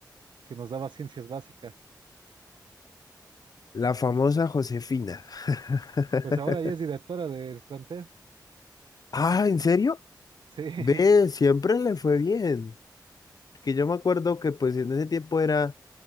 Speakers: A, on the right; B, on the left.
A: que nos daba ciencias básicas.
B: La famosa Josefina. <laughs>
A: Pues ahora ella es directora del plantel.
B: Ah, ¿en serio?
A: Sí,
B: Ve, siempre le fue bien. que yo me acuerdo que pues en ese tiempo era